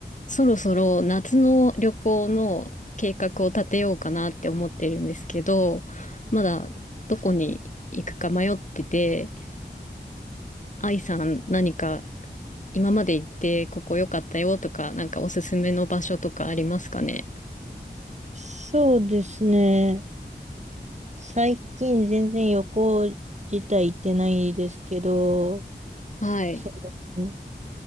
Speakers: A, on the left (about 45°); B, on the right (about 40°).
A: そろそろ夏の旅行の計画を立てようかなって思ってるんですけど、まだどこに行くか迷ってて、愛さん何か今まで行ってここ良かったよとか、なんかおすすめの場所とかありますかね
B: そうですね。最近全然旅行自体行ってないですけど、
A: はい。
B: そう、